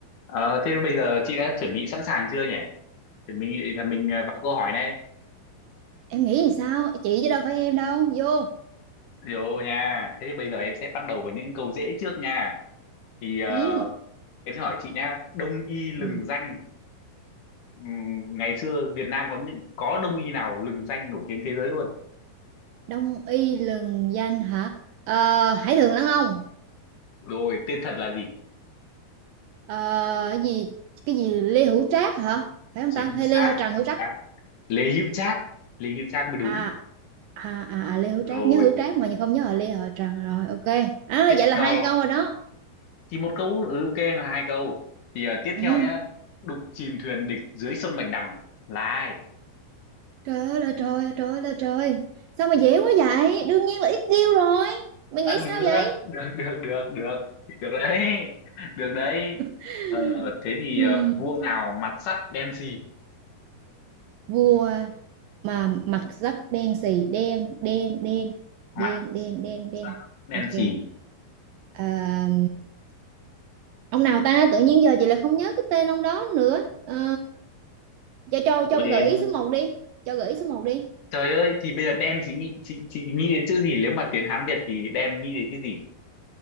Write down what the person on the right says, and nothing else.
em nghĩ thì sao chị chứ đâu phải em đâu vô
ừ.
ừ.
đông y lừng danh hả Ờ, hải thường lãng ông
Ờ, cái gì cái gì lê hữu trác hả phải không
ta hay
lê hữu trần hữu
trác
à à à, à lê hữu
trác nhớ hữu trác mà không nhớ là lê hữu trần rồi ok à,
vậy là
hai câu rồi đó
ừ.
trời ơi là trời ơi, trời ơi là trời sao mà dễ quá vậy đương nhiên là ít kêu rồi mày
nghĩ
sao vậy
<laughs>
ừ.
vua mà mặt rất đen xì đen đen đen
đen đen đen đen
ok
à, ông nào ta tự nhiên giờ chị lại không nhớ cái tên ông đó nữa à, cho cho
cho
gợi ý số một đi cho gợi ý số một đi